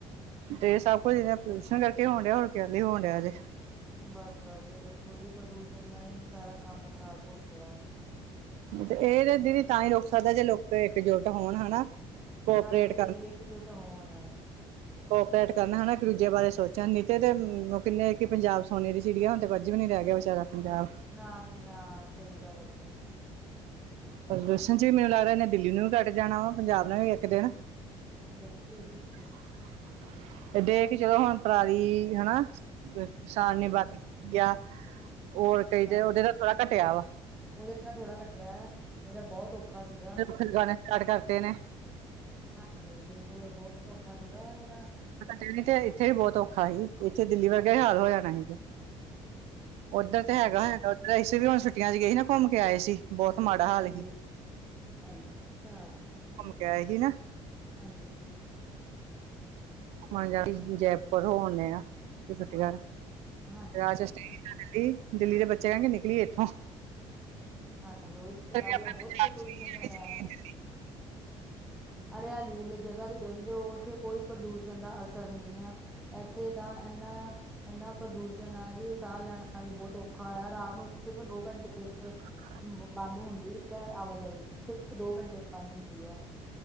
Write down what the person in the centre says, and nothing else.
ਬਸ-ਬਸ ਬਿਲਕੁਲ ਜੀ ਪ੍ਰਦੂਸ਼ਣ ਨਾਲ ਹੀ ਸਾਰਾ ਕੰਮ ਖਰਾਬ ਹੋ ਰਿਹਾ।
ਹਾਂਜੀ ਇਕਜੁੱਟ ਹੋਣ।
ਨਾ ਜੀ ਨਾ ਸਹੀ ਗੱਲ ਹੈ ਜੀ।
ਬਿਲਕੁਲ ਜੀ ਬਿਲਕੁਲ।
ਹਾਂਜੀ
ਹਾਂ
ਉਹਦੇ ਨਾਲ ਥੋੜ੍ਹਾ ਘਟਿਆ ਨਹੀ ਤਾਂ ਬਹੁਤ ਔਖਾ ਸੀਗਾ।
ਹਾਂਜੀ ਬਿਲਕੁਲ ਬਹੁਤ ਸੌਖਾ ਸੀਗਾ ਇਹ
ਹਾਂਜੀ
<inaudible>
ਹਾਂਜੀ
ਹਾਂਜੀ
ਹਾਂਜੀ, ਅੱਛਾ।
ਹਾਂਜੀ
ਹਾਂਜੀ
ਹਾਂਜੀ ਉਹੀ ਤਾਂ ਗੱਲ
ਆ ਬਹੁਤ
ਪ੍ਰਦੂਸ਼ਣ
ਹੋਇਆ।
ਹਰਿਆਲੀ ਵਾਲੀ ਜਗ੍ਹਾ ਤੇ ਚਲੇ ਜਾਓ ਉਥੇ ਕੋਈ ਪ੍ਰਦੂਸ਼ਣ ਦਾ ਅਸਰ ਨਹੀ। ਇਥੇ ਤਾਂ ਇਨਾ ਇਨਾ ਪ੍ਰਦੂਸ਼ਣ ਆ ਜੀ ਸਾਹ ਲੈਣਾ ਵੀ ਬਹੁਤ ਔਖਾ ਹੋਇਆ ਰਾਤ ਨੂੰ ਸਿਰਫ ਦੋ ਘੰਟੇ ਦੇ ਕੇ
ਬੰਦ ਹੁੰਦੀ ਜਾਂ ਆਵਾਜਾਈ, ਸਿਰਫ ਦੋ ਘੰਟੇ ਬੰਦ ਹੁੰਦੀ ਆ।